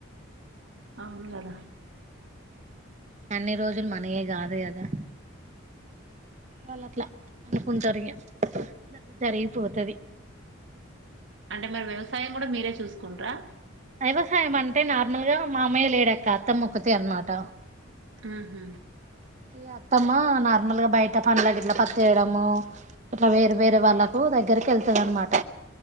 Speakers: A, on the right; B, on the right.
A: అవును కదా
B: అన్ని రోజులు మనయే కాదు కదా వాళ్ళు అట్లా అనుకుంటారు ఇక అట్లా జరిగిపోతది
A: అంటే మరి వ్యవసాయం కూడా మీరే చూసుకుంటరా
B: వ్యవసాయం అంటే నార్మల్ గా మామయ్య లేడక్క అత్తమ్మ ముొక్కతే అనమాట
A: ఉమ్మ్
B: అయ అత్తమ్మా నార్మల్గా బయట పనుల ఇట్లా పత్తి ఏరాడము ఇట్లా వేరే వేరే వాళ్ళలకు దగ్గరికి వెళ్తుంది అనమాట